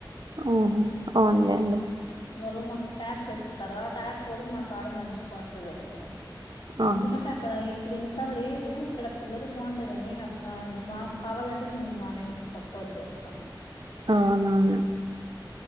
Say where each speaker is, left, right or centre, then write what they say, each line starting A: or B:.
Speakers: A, on the right; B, on the left.
A: ఆహా అవును లెండి
B: వాళ్ళు మాకు ట్యాక్స్ ఏస్తార ఆ ట్యాక్స్ బదులు మాకు ఆడే మంచి కాసేదవుతుంది
A: అవును
B: ఎందుకంటే అక్కడా యి ఇక్కడ ఇంత లేదు ఇక్కడ పిల్లలు బాగుంటాయి కాని అక్క మాకు కావాలంటే మేము మా నేటివ్ పక్క ఫర్ చేస్తాం
A: అవునవును